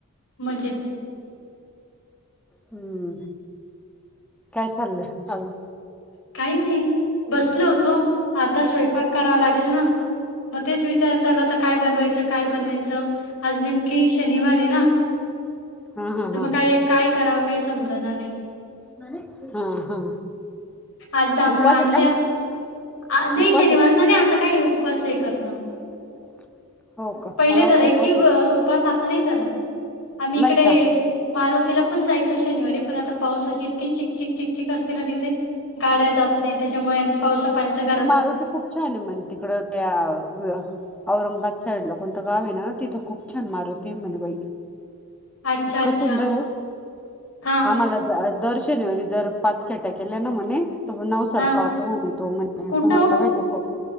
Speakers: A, on the left; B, in the centre.
A: मजेत
B: हम्म, काय चाललं अजून
A: काही नाही बसलो होतो. आता स्वयंपाक करावा लागेल ना म तेच विचार चालला होता काय बनवायचं काय बनवायचं आज नेमं की शनिवार ये ना
B: हा हा
A: त
B: हा
A: मग काय काय करावं काय समजणा नाई.
B: हा हा
A: आज जांभळ
B: उपास
A: आणल्य
B: आहे का
A: आ नही
B: उपास
A: शनिवारचा
B: आहे
A: नही आता काय उपास हे करतां.
B: <unintelligible>
A: पहिले
B: मला
A: धरायची
B: वाटलं उपास आहे
A: ग उपास आता नाय धरत आम्ही
B: नाही
A: इकडे
B: का अहो
A: मारुतीला पण जाय शनिवारी पण आता पावसाची इतकी चिकचिक चिकचिक असते ना तिथे गाड्या जात नाही त्याच्यामुळे अनं पावसा पाण्याच घरात
B: कारण ते खूप छान ये मंन तिकडं त्या व्य औरंगाबाद साईड ला कोणतं गाव ये ना तिथं खूप छान मारुती ये म्हणे बाई
A: अच्छा
B: इतका
A: अच्छा.
B: सुंदर ये
A: हां,
B: आम्हाला जा दर शनिवारी जर पाच केट्या केल्या ना म्हणे त म नवसाला
A: हां.
B: पावतो म्हणे तो म्हणे
A: कुठं
B: असं म्हणता
A: ओ?
B: बाई लोकं